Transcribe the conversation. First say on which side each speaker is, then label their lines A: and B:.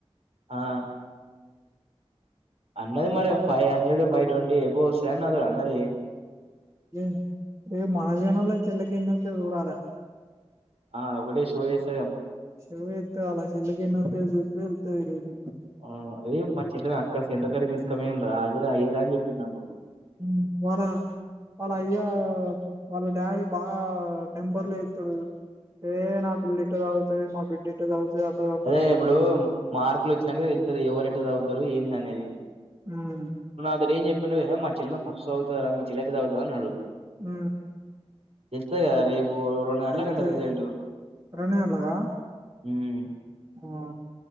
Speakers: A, on the right; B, on the right.
A: ఆ అన్నది మరీ five hundred five twenty above ఒస్స్థాయ్ అన్ నాత్ అన్నది
B: దేని రేపు మాహదేవాన్ చెల్లి కి ఆని వస్తాయ్ చూడాలే
A: ఆ ఒకటే షో ఎస్
B: షో ఎతే ఆలా చెల్లి గి ఆని చుతే తెలుస్తది రేపు
A: ఆ ఏ మా చెల్లెని అక్కడ సెంటర్ కాడికి తీకోవన్ రా హది రా ఇది రా అని చెప్పి నాకు
B: మ్ వలనా వాళ్ళ అయ్యా వాళ్ళ డాడీ బాగా టెంపర్ లెతాడు. ఏ నా పిల్ల ఇట్ట చదువుతాది, మా బిడ్డి ఇట్ట చదువుతాది అవు
A: అరె ఇప్పుడు మార్కులు వచ్చినాక తెలుతాది. ఎవరు ఎట్లా చదువుతారు ఎంది అనేది
B: మ్
A: అపుడు ఏం చెప్పాడు మా చెల్లె మస్తు చదువుతది రా మీ చెల్ల ఎట్ట చదువుతుంది అన్నాడు.
B: మ్
A: తెలుతది గా రేపు రెండు గంటలకంట
B: తెలుతది
A: రిజల్ట్
B: గా రేడు గట్ల హ
A: ఉమ్
B: ఉమ్మా